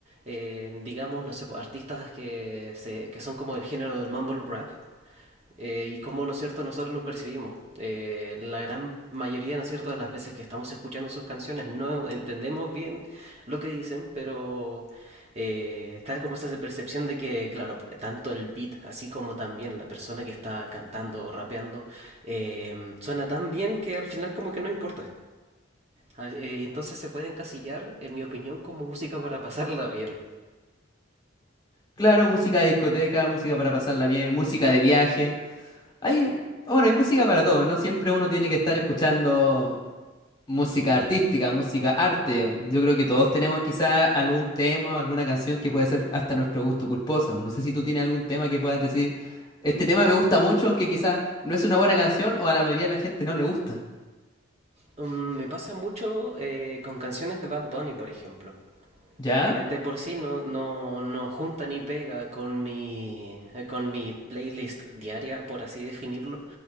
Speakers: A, on the right; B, on the left.
A: Eh, digamos, no sé, po, artistas que, se, que son como el género del mumble rap, eh, y cómo, ¿no es cierto?, nosotros lo percibimos. Eh, la gran mayoría, ¿no es cierto?, de las veces que estamos escuchando sus canciones no entendemos bien lo que dicen, pero eh, está como esa percepción de que, claro, pues, tanto el beat, así como también la persona que está cantando o rapeando, eh, suena tan bien que al final como que no importa. Al- eh, Y entonces se puede encasillar, en mi opinión, como música para pasarla bien.
B: Claro, música de discoteca, música para pasarla bien, música de viaje. Hay, bueno, hay música para todo, no siempre uno tiene que estar escuchando Música artística, música arte. Yo creo que todos tenemos quizá algún tema alguna canción que puede ser hasta nuestro gusto culposo. No sé si tú tienes algún tema que puedas decir, este tema me gusta mucho, aunque quizá no es una buena canción o a la mayoría de la gente no le gusta.
A: Mm, me pasa mucho eh, con canciones de Bad Bunny, por ejemplo.
B: ¿Ya?
A: que de por sí no, no, no junta ni pega con mi, eh, con mi playlist diaria, por así definirlo.